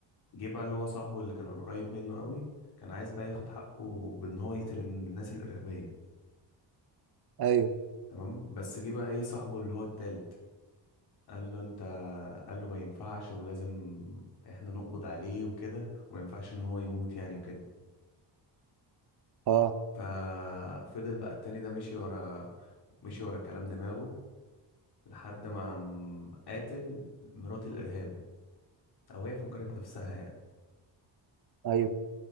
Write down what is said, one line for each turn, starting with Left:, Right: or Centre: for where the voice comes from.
Left: جه بقى اللي هو صاحبه اللي كان قريب منه قوي كان عايز بقى ياخد حقه بان هو يقتل الناس الارهابية
Right: ايوه
Left: تمام بس جه بقى ايه صاحبه اللي هو التالت قال له انت قال له ما ينفعش ولازم احنا نقبض عليه وكده وما ينفعش ان هو يموت يعني وكده
Right: اه
Left: ففضل بقى التاني ده مشي ورا مشي ورا كلام دماغه لحد ما قام قاتل مرات الارهابي او هي فجرت نفسها يعني
Right: ايوه